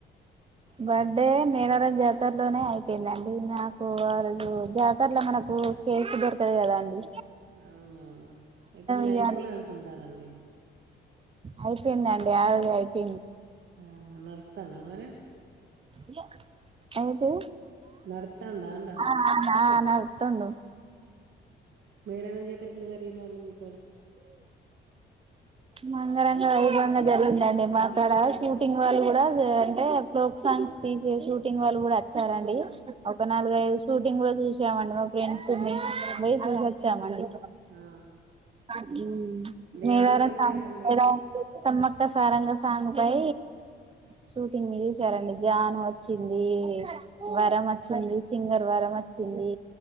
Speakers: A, on the right; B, on the right.
A: బర్డే మేడారం జాతర లోనే అయిపోయిందండి నాకు ఆ రోజు జాతరలో మనకు కేకు దొరకదు కదా అండి
B: అవునా అయితే నేను
A: ఇగ
B: అయిపోలే అనుకుంటానండి
A: అయిపోయిందండి ఆ రోజే అయిపోయింది
B: ఆ నడుస్తాండా మరి
A: ఇగ అయితే
B: నడుత్తాందా అంటాన్న
A: ఆ నడుతుండు
B: మేడారం జాతర ఎట్లా జరిగిందండి మీకు
A: మా అంగరంగ వైభవంగా జరిగిందండి మా కాడ షూటింగ్ వాళ్ళు కూడా అ అంటే ఫోక్ సాంగ్స్ తీసే షూటింగ్ వాళ్ళు కూడా వచ్చారండి ఒక నాలుగు ఐదు షూటింగ్ కూడా చూసామండి మా ఫ్రెండ్ మేము అందరం పోయి చూసోచ్చామండి
B: ఆ
A: ఉమ్
B: అంటే
A: మేడారం
B: ఎవరెవరు వచ్చారండి
A: <unintelligible> సమ్మక్క సారక్క సారంగా సాంగ్ పై షూటింగ్ తీసారండి జాను వచ్చింది వరమత్ సింగర్ వరమత్ వచ్చింది